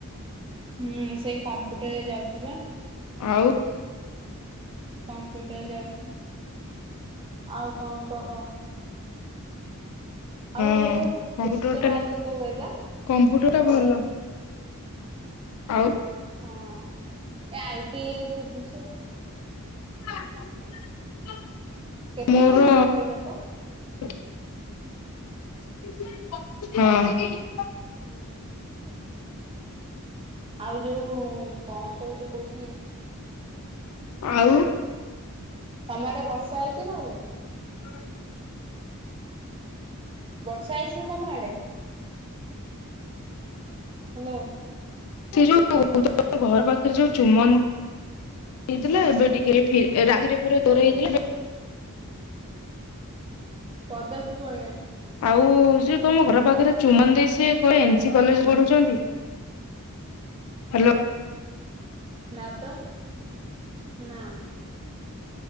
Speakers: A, on the right; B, on the left.
A: ହୁଁ ସେଇ କମ୍ପୁଟରରେ ଯାଉଛି ବା।
B: ଆଉ।
A: କମ୍ପିଟର ଯାଉଛି ଆଉ କଣ କହ। ଆଉ
B: ହୁଁ
A: ଯୋଉ
B: କମ୍ପୁଟର
A: କେତେ
B: ଟା
A: ମାର୍କ ତୋର ରହିଲା
B: କମ୍ପ୍ୟୁଟର ଟା ଭଲ। ଆଉ।
A: ହଁ ଏ ଆଇଟି ଶିଖୁଛ।
B: <inaudible>
A: କେତେ
B: ମୋର
A: ମାର୍କ ତ ରହିଲା ତ?
B: ହଁ।
A: ହଁ। ଆଉ ଯୋଉ କଣ ତ ଟିକେ କହୁଥିଲି
B: ଆଉ
A: ତମେ ଆଡେ ବର୍ଷା ହେଇଛ ନା ଏବେ?
B: <unintelligible>
A: ବର୍ଷା ହେଇଛି ନା ତମ ଆଡେ? ହ୍ୟାଲୋ।
B: ସେ ଯୋଉ ଘର ପାଖରେ ଯୋଉ ଚୁମନ ହେଇଥିଲା ଏବେ ଟିକେ ରାତିରେ ପୁରା ଦର ହେଇଥିଲା
A: ପଦାକୁ ପଳେଇ ଆସ।
B: ଆଉ ସେିଏ ତମ ଘର ପାଖ ରେ ଚୁମନ ଦେଇ ସି କ ଏସି କଲେଜରେ ପଢୁଛନ୍ତି? ହ୍ୟାଲୋ
A: ନା ତ ନା।